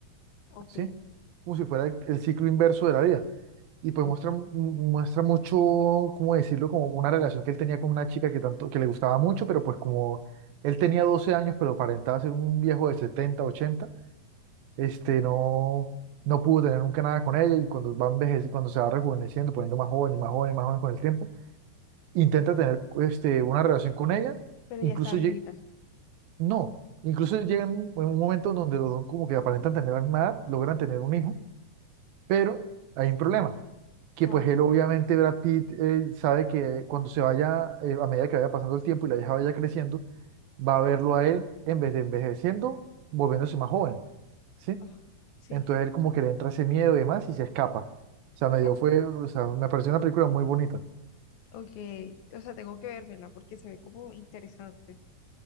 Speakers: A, on the left; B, on the right.
A: ok,
B: ¿sí? Como si fuera el, el ciclo inverso de la vida. Y pues
A: ok.
B: muestra, mu- muestra mucho, ¿cómo decirlo? Como una relación que él tenía con una chica que, tanto, que le gustaba mucho, pero pues como él tenía 12 años, pero aparentaba ser un viejo de 70 80 este, no, no pudo tener nunca nada con ella y cuando va envejeci- cuando se va rejuveneciendo, poniendo más joven y más joven y más joven con el tiempo, intenta tener este, una relación con ella,
A: Pero
B: incluso
A: ya está viejita.
B: lle- no, incluso llega en un, en un momento donde los dos como que aparentan tener la misma edad, logran tener un hijo, pero hay un problema, que
A: ¿Cuál?
B: pues él obviamente, Brad Pitt, eh, sabe que cuando se vaya, eh, a medida que vaya pasando el tiempo y la hija vaya creciendo, va a verlo a él en vez de envejeciendo, volviéndose más joven. ¿sí?
A: Ah, sí.
B: Entonces él como que le entra ese miedo y demás y se escapa. O sea, me dio
A: Oh,
B: fue, o sea, me pareció una película muy bonita.
A: ok, o sea, tengo que vérmela porque se ve como interesante.